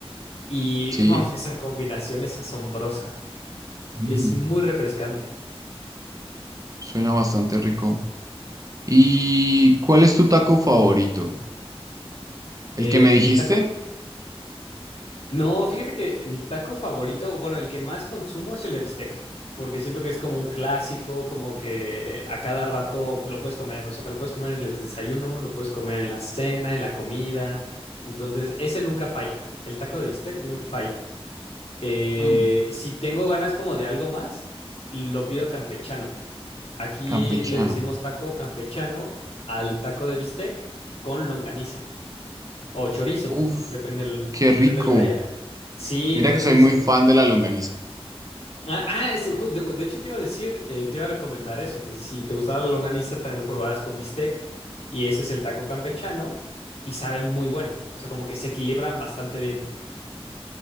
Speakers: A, on the left; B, on the right.
A: y
B: Sí,
A: uf, esa combinación es asombrosa.
B: mm,
A: Es muy refrescante.
B: suena bastante rico. ¿Y cuál es tu taco favorito?
A: Eh,
B: ¿El que me dijiste?
A: mi taco, no, fíjate que mi taco favorito, o bueno, el que más consumo es el de bistec, porque siento que es como un clásico, como que a cada rato lo puedes comer, o sea, lo puedes comer en el desayuno, lo puedes comer en la cena, en la comida, entonces ese nunca falla, el taco de bistec nunca falla. Eh,
B: Mm,
A: si tengo ganas como de algo más, lo pido campechano. Aquí
B: campechano.
A: le decimos taco campechano al taco de bistec con longaniza. O chorizo,
B: Uf,
A: depende, el-
B: qué
A: depende
B: rico.
A: de lo que haya. Sí,
B: Mira
A: entonces.
B: que soy muy fan de la longaniza.
A: Ah, ah, sí, ju- de, de hecho te iba a decir, eh, te iba a recomendar eso, que si te gustaba la longaniza, también lo probaras con bistec. Y ese es el taco campechano. Y sabe muy bueno. O sea, como que se equilibran bastante bien.